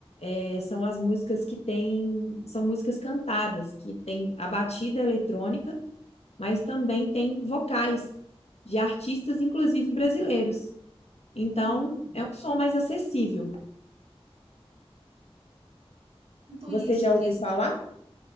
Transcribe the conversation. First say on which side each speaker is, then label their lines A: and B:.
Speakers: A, on the left; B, on the right.
A: é, são as músicas que têm, são músicas cantadas, que tem a batida eletrônica, mas também tem vocais de artistas, inclusive brasileiros. Então,
B: Hum,
A: é um som mais acessível.
B: muito
A: Você
B: isso,
A: já
B: Adri,
A: ouviu
B: assim,
A: falar?
B: eu-